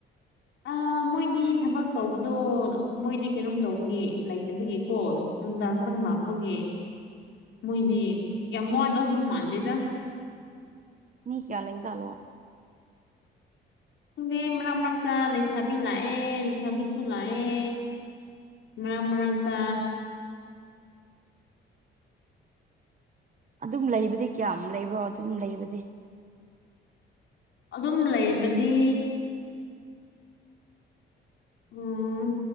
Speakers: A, on the right; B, on the left.
A: <inaudible>
B: ꯑꯥ ꯃꯣꯏꯗꯤ ꯊꯕꯛ ꯇꯧꯕꯗꯣ ꯃꯣꯏꯗꯤ ꯀꯩꯅꯣꯝ ꯇꯧꯕꯒꯤ ꯂꯩꯇꯕꯒꯤꯀꯣ ꯅꯨꯡꯗꯥꯡꯗꯪ ꯂꯥꯛꯄꯒꯤ ꯃꯣꯏꯗꯤ ꯌꯥꯝ ꯋꯥꯗꯧꯗꯤ ꯃꯥꯟꯗꯦꯗ
A: ꯃꯤ ꯀꯩꯌꯥ ꯂꯩꯖꯥꯠꯂꯣ
B: ꯈꯪꯗꯦ ꯃꯔꯛ ꯃꯔꯛꯇ ꯂꯩꯁꯥꯕꯤ ꯂꯥꯛꯑꯦ ꯂꯩꯁꯥꯕꯤꯁꯨ ꯂꯥꯛꯑꯦ ꯃꯔꯛ ꯃꯔꯛꯇ
A: ꯑꯗꯨꯝ ꯂꯩꯕꯗꯤ ꯀꯌꯥꯝ ꯂꯩꯕ꯭ꯔꯣ ꯑꯗꯨꯝ ꯂꯩꯕꯗꯤ
B: ꯑꯗꯨꯝ ꯂꯩꯕꯗꯤ ꯎꯝ